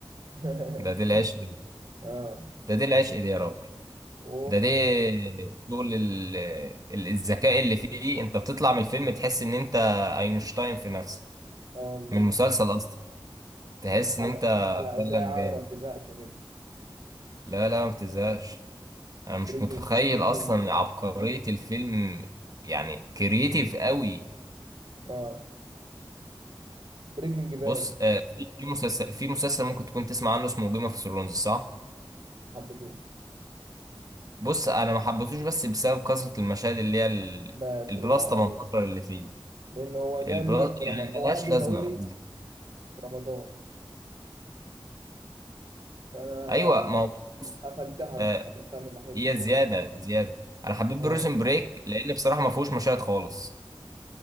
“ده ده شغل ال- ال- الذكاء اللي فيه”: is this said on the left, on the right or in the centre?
Right